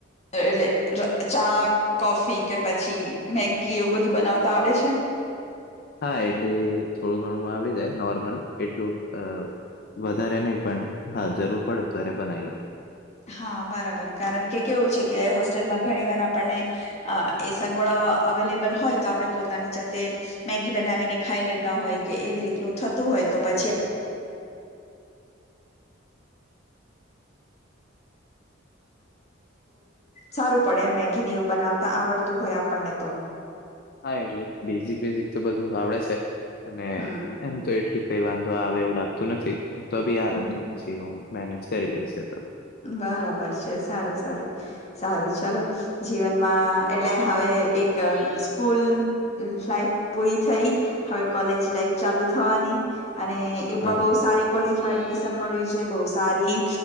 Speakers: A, on the left; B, on the left.
A: એટલે એટલે અચાક કોફી કે પછી મેગી એવું બધું બનાવતા આવડે છે?
B: હા એટલે થોડું ઘણું આવડી જાય નોર્મલ એટલું અ વધારે નઈ પણ હા જરૂર પડે ત્યારે બનાઈ લઉ.
A: હા બરાબર કારણ કે કેવું છે કે હોસ્ટેલમાં ઘણી વાર આપણને અ એ સગવડો અવેલેબલ હોય તો આપણે પોતાની જાતે મેગી બનાવીને ખાઈ લેતા હોય કે એવી રીતનું થતું હોય તો પછી સારું પડે એમ મેગીને એવું બનાવતા આવડતું હોય આપનને તો.
B: હા એટલે બેઝિક બેઝિક તો બધું આવડે છે અને
A: હમ
B: એમ તો એટલી કઈ વાંધો આવે એવું લાગતું નથી પણ તો બી આવે
A: હમ
B: તો પછી હું મેનેજ કરી લઈશ એતો.
A: બરાબર છે સારું સારું સારું ચલો. જીવનમાં એટલે હવે એક સ્કૂલ લાાઈફ પૂરી થઈ હવે કોલેજ લાઈફ ચાલુ થવાની અને એ
B: હા,
A: પણ બહુ સારી કોલેજમાં એડમિશન મળ્યું છે બહુ સારી